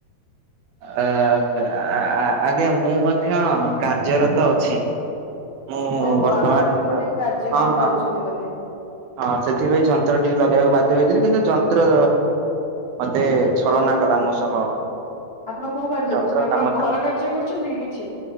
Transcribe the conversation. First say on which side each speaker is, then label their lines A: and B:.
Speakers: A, on the right (about 90°); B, on the right (about 45°).
A: ଅ-ଅ ଆ ଆଜ୍ଞା ମୁଁ ମଧ୍ୟ କାର୍ଯ୍ୟରତ ଅଛି। ମୁଁ
B: ଓହୋ
A: ବର୍ତ୍ତମାନ
B: ଆପଣ ବି ଗୋଟେ କାର୍ଯ୍ୟ
A: ହଁ
B: ଗୋଟେ କରୁଛନ୍ତି
A: ହଁ
B: ବୋଧେ।
A: ହଁ ସେଥିପାଇଁ ଯନ୍ତ୍ର ଟିକେ ଲଗେଇବାକୁ ବାଧ୍ୟ ହେଇଥିଲି କିନ୍ତୁ ଯନ୍ତ୍ର ମତେ ଛଳନା କଲା ମୋ ସହ।
B: ଆପଣ କୋଉ କାର୍ଯ୍ୟ
A: ଯନ୍ତ୍ର
B: କରୁଛନ୍ତି ଆପଣ
A: କାମ
B: ଘର କାର୍ଯ୍ୟ କରୁଛନ୍ତି କି କିଛି?